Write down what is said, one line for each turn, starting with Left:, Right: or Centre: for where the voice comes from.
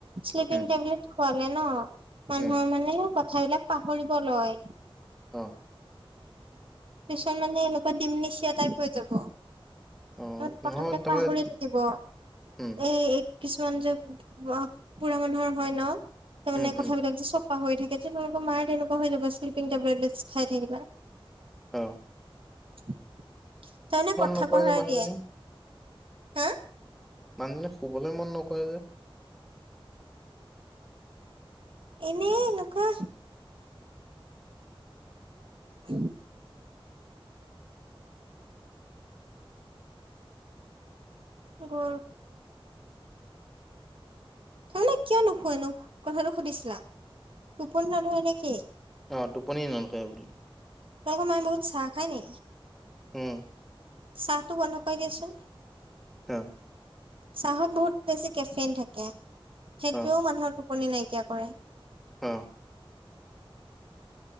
Right: শ্লিপিং
Centre: উম,
Right: টেবলেট খোৱালে ন মানুহৰ
Centre: উম,
Right: মানে কথাবিলাক পাহৰিব লয়
Centre: অহ
Right: পিছত মানে এনেকুৱা ডিমনিচিয়া টাইপৰ হৈ যাব
Centre: অ',
Right: য'ত কথাবিলাক
Centre: নহয় তাৰমানে
Right: পাহৰি থাকিব
Centre: উম,
Right: এই কিছুমান যে অহ বুঢ়া মানুহৰ হয় ন তাৰমানে
Centre: উম, উম,
Right: কথাবিলাক যে চব পাহৰি থাকে যে তোলোকৰ মায়ে তেনেকুৱা হৈ যাব শ্লিপিং টেবলেটে বেছি খাই থাকিলে
Centre: অহ
Right: তাৰ মানে কথা
Centre: নকৰে
Right: পাহৰাই
Centre: যে মানুহজনী,
Right: দিয়ে হা
Centre: মানুহজনে শুবলে মন নকৰে যে
Right: এনেই এনেকুৱা <unintelligible> গল তাৰমানে কিয় নোশুয়ে কথাটো সুধিছিলা টোপনি নধৰে নে কি
Centre: অ টোপনি নলকে বুল
Right: তোমালোকৰ মায়ে বহুত চাহ খায় নি
Centre: উম
Right: চাহ তো বন্ধ কৰি দেচোন
Centre: অ
Right: চাহত বহুত বেছি কেফেইন থাকে সেইটোৱেও
Centre: অ',
Right: মানুহৰ টোপনি নাইকিয়া কৰে
Centre: অঁ